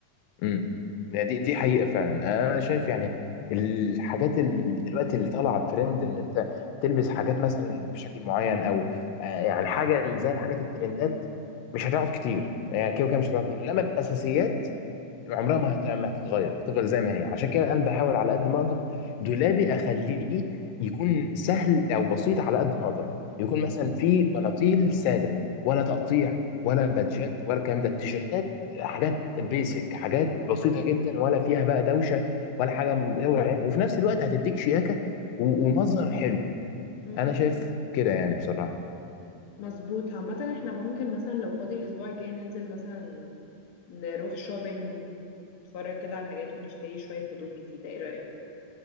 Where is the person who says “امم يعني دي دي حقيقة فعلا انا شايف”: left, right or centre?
Left